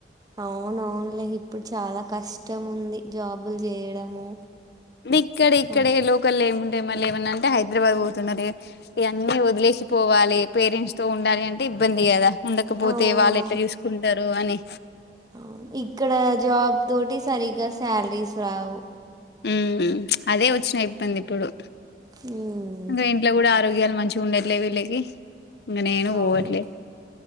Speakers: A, on the right; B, on the left.
A: అవునవునులే ఇప్పుడు చాలా కష్టం ఉంది జాబులు చేయడము
B: ది ఇక్కడే ఇక్కడే
A: ఆ
B: లోకల్ లే ఏము టే మల్ల ఏమన్నా అంటే హైదరాబాద్ పోతున్నారే ఇవన్నీ వదిలేసి పోవాలి పేరెంట్స్ తో ఉండాలి అంటే ఇబ్బంది కదా ఉండకపోతే
A: అవును
B: వాళ్ళు ఎట్లా చూసుకుంటారు అని
A: అవును ఇక్కడ జాబ్ తోటి సరిగా శాలరీస్ రావు
B: ఉ అదే వచ్చినా ఇబ్బంది ఇప్పుడు
A: హ్మ్
B: అందు ఇంట్ల కూడా ఆరోగ్యాలు మంచిగా ఉండట్లే వీళ్ళకి ఇంక నేను పోవట్లే
A: అవును